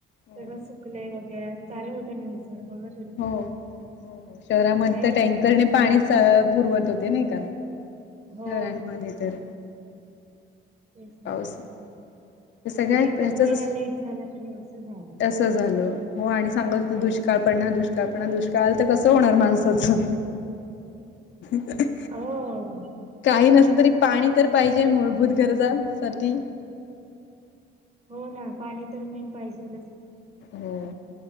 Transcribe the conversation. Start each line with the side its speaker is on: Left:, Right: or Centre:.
Left: हो
Right: तर सुकले वगैरे चालु होतं न्यूज वर बघ
Left: हो हो हो शहरामध्ये
Right: काय
Left: तर
Right: करणार
Left: टँकरने पाणी पुरवत होते नाही का.
Right: हो
Left: शहरांनमध्ये तर
Right: तेच
Left: पाऊस
Right: ना
Left: हे सगळ्या
Right: फक्त
Left: ह्याचच
Right: एकच महिना लेट झाला तरी असं झालं.
Left: असं झालं हो आणि सांगत होत दुष्काळ पडणार दुष्काळपडणार दुष्काळ आलं तर कसं होणार माणसाचं <unintelligible>
Right: हो
Left: काही नस तरी पाणी तर पाहिजे मूलभूत गरजासाठी
Right: हो ना पाणी तर मेन पाहिजेलचं.
Left: हो